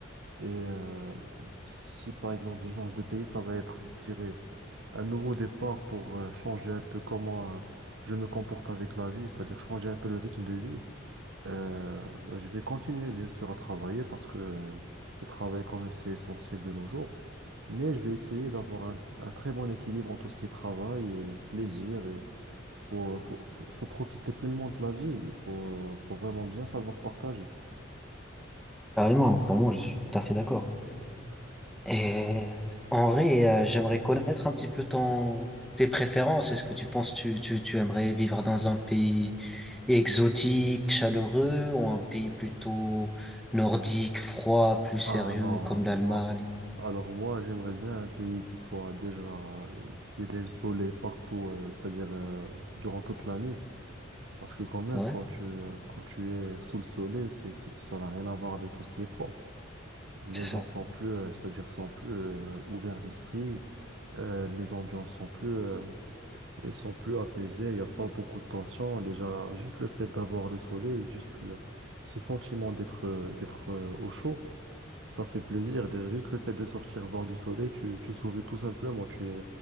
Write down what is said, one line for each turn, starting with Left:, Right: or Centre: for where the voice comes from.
Right: Et euh, si par exemple je change de pays, ça va être, je dirais, un nouveau départ pour euh, changer un peu comment euh, je me comporte avec la vie, c'est-à-dire changer un peu le rythme de vie. Euh, bah, je vais continuer bien sûr à travailler parce que euh, le travail quand même c'est essentiel de nos jours. Mais je vais essayer d'avoir un, un très bon équilibre en tout ce qui est travail et plaisir. Et faut, faut, faut, faut profiter pleinement de la vie. Il faut, euh, faut vraiment bien savoir partager.
Centre: Carrément, carrément, je suis tout à fait d'accord. Et euh, en vrai, euh, j'aimerais connaître un petit peu ton, tes préférences. Est-ce que tu penses tu, tu, tu aimerais vivre dans un pays exotique, chaleureux, ou un pays plutôt nordique, froid, plus sérieux,
Right: Ah non,
Centre: comme l'Allemagne?
Right: moi, alors moi, j'aimerais bien un pays qui soit déjà, qui ait le soleil partout, euh, c'est-à-dire euh, durant toute l'année. Parce que quand même,
Centre: Ouais,
Right: quand tu, euh, quand tu es sous le soleil, c'est, c'est- ça n'a rien à voir avec tout ce qui est froid. Les
Centre: c'est
Right: gens
Centre: ça.
Right: sont plus, euh, c'est-à-dire sont plus euh, ouverts d'esprit, euh, les ambiances sont plus, euh, elles sont plus apaisées, il n'y a pas beaucoup de tension. Déjà, juste le fait d'avoir le soleil, juste le- ce sentiment d'être euh, d'être euh, au chaud, ça fait plaisir. Déjà, juste le fait de sortir voir du soleil, tu, tu souris tout simplement, tu es,